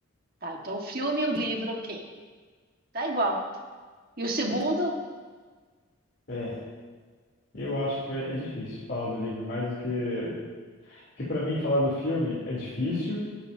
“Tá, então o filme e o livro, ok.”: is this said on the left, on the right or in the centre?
Right